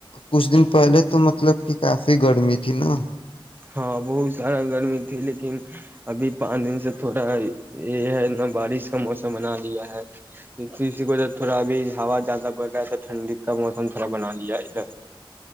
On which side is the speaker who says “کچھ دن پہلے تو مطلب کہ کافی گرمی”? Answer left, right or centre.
Left